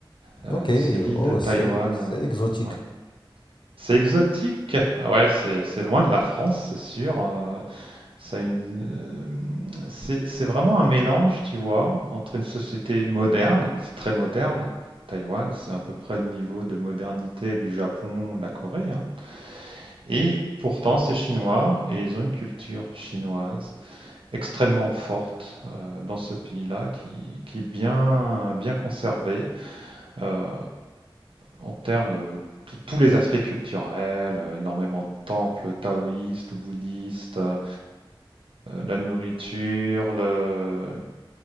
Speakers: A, on the right; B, on the left.
A: Euh,
B: Ok,
A: c'est l'île
B: oh,
A: de Taïwan.
B: c'est c'est exotique.
A: Ouais. C'est exotique. Ah Ouais, c'est c'est loin de la France, c'est sûr. Euh, ça a une, euh, c'est c'est vraiment un mélange, tu vois, entre une société moderne, c'est très moderne. Taïwan, c'est à peu près le niveau de modernité du Japon, de la Corée, hein. Et pourtant, c'est chinois et ils ont une culture chinoise extrêmement forte euh, dans ce pays-là qui, qui est bien, bien conservée euh, en termes de tous les aspects culturels, euh, énormément de temples taoïstes ou bouddhistes, euh, la nourriture, le-